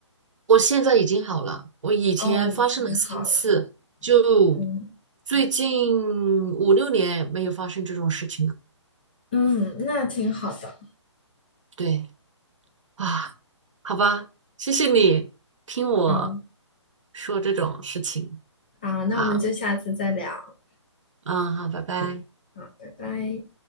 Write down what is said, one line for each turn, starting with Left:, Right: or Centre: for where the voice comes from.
Right: 我现在已经好了，我以前发生了三次，
Left: 哦，已经好了，
Right: 就
Left: 嗯
Right: 最近五六年没有发生这种事情了。
Left: 嗯，那挺好的，
Right: 对啊，好吧，谢谢你听我
Left: 嗯，
Right: 说这种事情。
Left: 好，那我们就下次再聊，
Right: 好，嗯，好，拜拜。
Left: 嗯，拜拜。